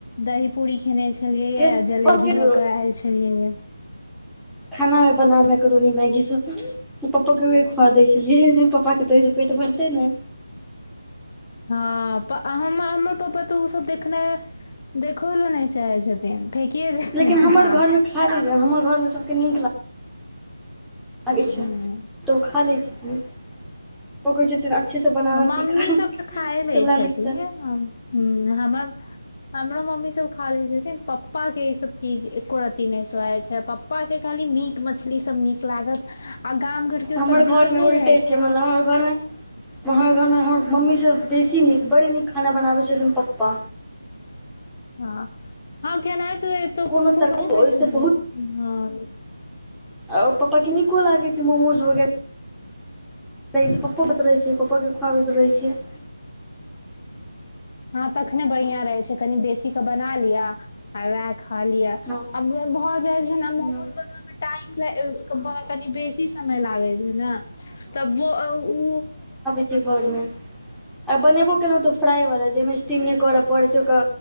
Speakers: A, on the left; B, in the centre.
A: दही पूड़ी खेने छलियै यए
B: खेबै
A: जलेबी लऽ के आयल छलिय या
B: खाना मे बना मैक्रोनी मैगी सब पप्पो केेउहे खुआ दै छलियै पप्पा के तऽ ओहिसँ पेट भरते ने
A: हँ हमर पापा तऽ ओ सब देखने देखौहो लै ने चाहै छथिन फेेकि छथिन फेकिये देथीन
B: लेकिन हमर
A: ऊठाक
B: घरमे हमर घर मे सब नीक लगई लागए
A: कऽ
B: छै ऊ खा लै छथिन ओ कहै छथिन अच्छे से बनाना
A: मम्मी
B: तीखा
A: सब तऽ खााय
B: शिमला
A: लै छथिन
B: मिर्च डाल
A: हुँ हमर हमरो मम्मी सब खा ले छथिन पप्पा के ई सब चीज एको रती नहि सोहै छै पपा पप्पा के खाली मीट मछली सब नीक लागत आ गाम घर के
B: हमर
A: सब्जी सब
B: घरमे
A: नहि
B: उल्टे
A: रहे
B: छै मतलब हमर घरमे हमर घरमे हमर मम्मी सब बेसी नीक बड़ नीक खाना बनाबै छै पप्पा
A: हँ हँ खेनाई त एतौ
B: कोनो
A: पप्पो
B: तरकारी
A: बनबै
B: ओहिसँ
A: छथि हँ
B: आर पप्पा के नीको लागे छै मोमोज वगैरह छै पप्पो के त रहै छै पप्पो के खुआबत रहै छियै
A: हँ तखने बढ़िया रहे छै कनी बेसी के बना लियिया आ वएह खा लिय
B: हँ
A: आ भऽ जाइ छै ने मोमोज
B: हँ
A: बनामे टाइम कनि बेसी समय लागै छै ने तब ओ
B: घर आ बनेबो केलहुँ तऽ फ्राइ वलाा जाहिमे स्टीम नहि करय पड़ैत छै ओकरा